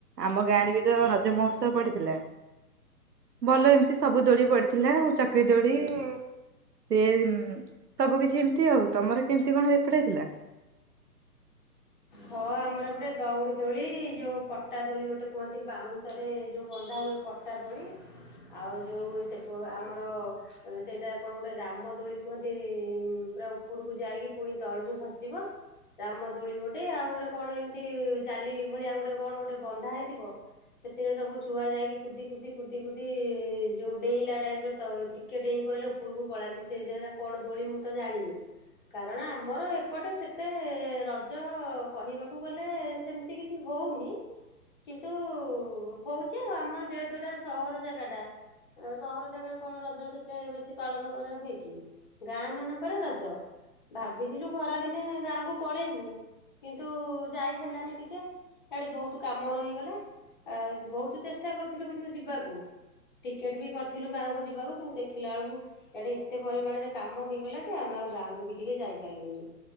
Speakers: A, on the right; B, on the left.
A: ଆମ ଗାଁରେ ବି ତ ରଜ ମହୋତ୍ସବ ପଡିଥିଲା, ଭଲ ଏମିତି ସବୁ ଦୋଳି ପଡି ଥିଲା ଚକ୍ରି ଦୋଳି ସେ ସବୁ କିଛି ଏମିତି ଆଉ ତମର କେମିତି କଣ ସେପଟ ହେଇଥିଲା? <inaudible>
B: ହଁ ଆମର ଗୋଟେ ଦଉଡି ଦୋଳି, ଯୋଉ ପଟା ଦୋଳି ଗୋଟେ କୁହନ୍ତି, ବାଉଁଶରେ ଯୋଉ ବନ୍ଧା ହୁଏ ପଟା ଦୋଳି, ଆଉ ଯୋଉ ସେ ଆମର ସେଇଟା କଣ ଗୋଟେ ରାମ ଦୋଳି କୁହନ୍ତି, ପୁରା ଉପରକୁ ଯାଇକି ପୁଣି ତଳକୁ ଖସିବ ରାମଦୋଳି ଗୋ ଗୋଟେ ଆଉ ଗୋଟେ କଣ ଏମିତି ଜାଲି ଭଳିଆ କଣ ଗୋଟେ ବନ୍ଧା ହେଇଥିବ, ସେଥିରେ ସବୁ ଛୁଆ ଯାଇକି କୁଦି କୁଦି କୁଦି କୁଦି ଯୋଉ ଡେଇଁଲା ଟାଇପର ତ ଟିକେ ଡେଇଁ ପଇଲେ ଉପରକୁ ପଳାନ୍ତି ସେ ଯହେରା କଣ ଦୋଳି ମୁଁ ତ ଜାଣିନି, କାରଣ ଆମର ଏପଟେ ସେତେ ରଜ ରଜ କହିବାକୁ ଗଲେ ସେମିତି କିଛି ହୋଉନି, କିନ୍ତୁ ହୋଉଚି ଆଉ ଆମର ଯେହେତୁ ଏଟା ସହର ଜାଗାଟା ସହର ଜାଗାରେ କଣ ରଜ ସେତେ ବେଶୀ ପାଳନ କରା ହୁଏ କି, ଗାଁ ମାନଙ୍କରେ ରଜ ଭାବିଥିଲୁ ଖରାଦିନେ ଗାଁକୁ ପଳେଇବୁ। କିନ୍ତୁ ଯାଇ ହେଲାନି ଟିକେ ଇଆଡେ ବୋହୁତ କାମ ରହିଗଲା, ବୋହୁତ ଚେଷ୍ଟା କରିଥିଲୁ କିନ୍ତୁ ଯିବାକୁ ଟିକେଟ ବି କରିଥିଲୁ ଗାଁକୁ ଯିବାକୁ, କିନ୍ତୁ ଦେଖିଲା ବେଳକୁ ଇଆଡେ ଏତେ ପରିମାଣରେ କାମ ହେଇଗଲା ଯେ ଆମେ ଆଉ ଗାଁକୁ ବି ଟିକେ ଯାଇପାରିଲୁନି